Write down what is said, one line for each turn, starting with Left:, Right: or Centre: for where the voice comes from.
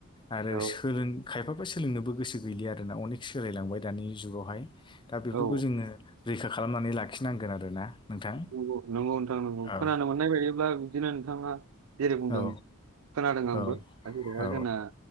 Left: आरो
Right: औ
Left: सोलों। खायफाबो सोलोंनोबो गोसो गैलि आरोना अनेक सोलायलांबाय दानि जुगावहाय दा बेफोरखौ
Right: औ
Left: जोङो। रैखा खालामनानै लाखिनांगोन आरोना। नोंथां
Right: नंगौ नंगौ नोंथां नंगौ
Left: औ
Right: खोनानो मोननाय बायदिब्ला बिदिनो नोंथाङा जेरै बुंदों।
Left: औ
Right: खोनादों आंबो
Left: औ
Right: जेरै
Left: औ
Right: जोंना